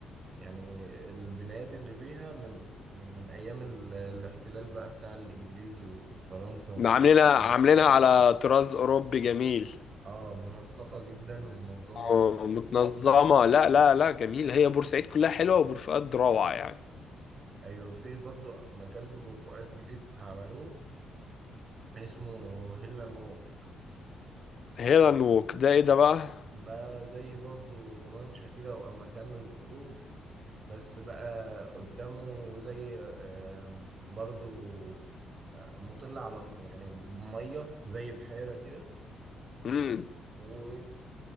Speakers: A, on the right; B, on the left.
A: يعني البنايات اللي فيها من من من ايام ال- الاحتلال بقى بتاع الانجليز وفرنسا في
B: عاملينها
A: مصر.
B: عاملينها على طراز اوروبي جميل
A: اه منسقه جدا ومنظمه
B: ومتنظمة
A: و...
B: لا لا لا جميل هي بورسعيد كلها حلوة وبورفؤاد روعة يعني
A: ايوه في برضو مكان في برفقات جديد عملوه اسمه هيلاند
B: هيل اند ووك ده ايه ده بقى؟
A: ده زي برضو ممشى كده وأما مكان للخروج بس بقى قدامه زي آه، برضو آه، مطل على م- يعني مية زي بحيرة كده
B: مم.
A: و...